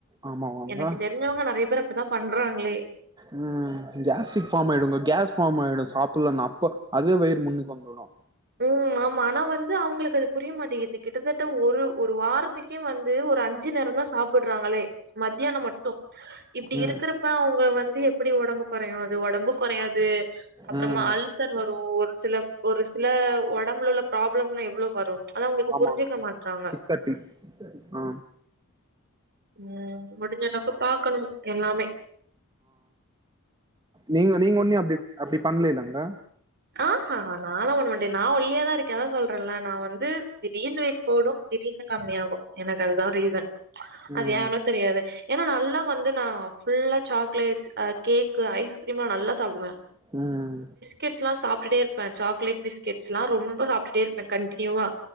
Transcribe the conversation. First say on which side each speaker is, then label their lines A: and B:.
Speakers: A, on the right; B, on the right.
A: ஆமாவாங்க
B: எனக்கு தெரிஞ்சவங்க நெறைய பேர் அப்டிதான் பண்றாங்களே.
A: உம் கேஸ்ட்ரிக் ஃபார்ம் ஆயிடுங்க கேஸ் ஃபாம் ஆயிடூ சாபுல்லனா அப்ப அதே வயிறு முன்னுக்கு வந்துடூ
B: உம் ஆமா ஆனா வந் இது அவுங்ளுக்கு அது புரியமாட்டேகிது கிட்டத்தட் த ஒரு ஒரு வார்த்தைக் கே வந்து ஒரு அஞ்சு நேரந்தா சாப்பிட்றாங்களே மத்தியான மட்டூ இப்டி
A: ம்
B: இருக்கிறப்ப அவுங்க வந்து எப் எப்டி ஒடம்பு கொறையு அது ஒடம்பு கொறையாது அப்றமா
A: ம்
B: அல்சர் வரு ஒரு சில ஒருஸ் உடம்புல உள்ள ப்ராப்ளம் லாம் எவ்ளோ வரு ஆனா அவுங்கள்க்கு
A: ஆமாங்க
B: புரிஞ்சசிக்க மாட்றாங்க
A: சிக்ஸ் தேர்ட்டி ஆ
B: உம் முடிஞ்ச அளவுக்கு பாக்கணு எல்லாமே
A: நீங்கோ நீங்கோ ஒன்னுமே அப்டி அப்டி பண்லல்லங் என்ன
B: ஆ ஹ ஹா நால்லா ஒண்ண மாட்டே நா ஒல்லியா தா இருக்கே அதா சொல்றேன்ல நா வந்து திடீர்னு வெயிட் போடு திடீர்னு கம்மி ஆகு ‌எனக்கு அது தா ரீசன்
A: ம்
B: அது ஏனு தெரியாது‌ ஏனா நல்லா வந்து நா ஃபுல்லா சாக்லேட்ஸ் ஆஹ் கேக்கு ஐஸ்கிரீம்லா நல்லா சாப்டு வே
A: உம்
B: பிஸ்கட்லா சாப்டுட்டே இருப்ப சாக்லேட் பிஸ்கட்ஸ்லா ரொம்ப சாப்டுட்டே இருப்ப கண்டின்யூவா